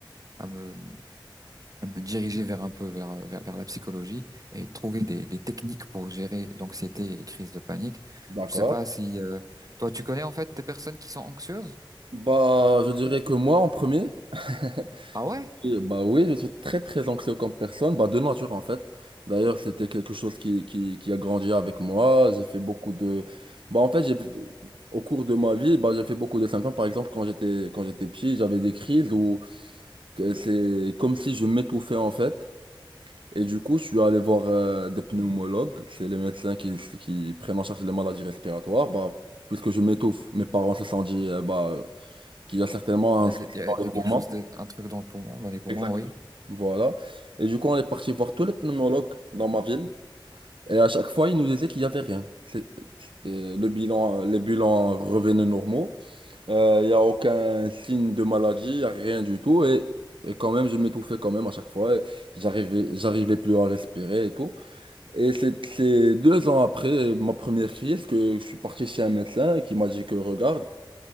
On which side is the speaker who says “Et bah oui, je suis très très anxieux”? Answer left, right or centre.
Right